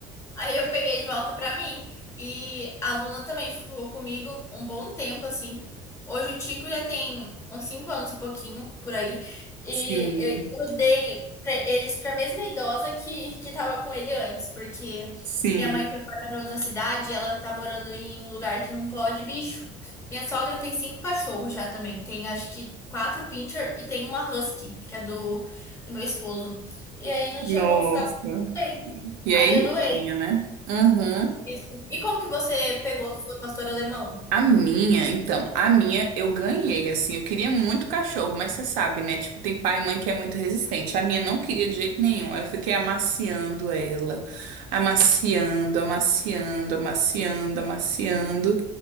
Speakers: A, on the left; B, on the right.
A: Aí eu peguei de volta pra mim. E a Luna também ficou comigo um bom tempo, assim. Hoje o Tico já tem uns 5 anos e pouquinho por aí. E
B: Sim,
A: eu, eu dei pra eles pra mesma idosa que, que tava com ele antes, porque
B: sim,
A: minha mãe foi embora pra outra cidade e ela tá morando em um lugar que não pode bicho. Minha sogra tem cinco cachorros já também. Tem acho que quatro pincher e tem uma husky, que é do, do meu esposo. E aí não
B: nossa.
A: tinha como ficar com ninguém.
B: E
A: Aí
B: aí
A: eu
B: não
A: doei.
B: tinha, né? Uhum.
A: Isso. E como que você pegou sua pastora alemão?
B: A minha, então, a minha eu ganhei, assim, eu queria muito cachorro, mas você sabe, né? Tipo, tem pai e mãe que é muito resistente. A minha não queria de jeito nenhum. Aí eu fiquei amaciando ela, amaciando, amaciando, amaciando, amaciando.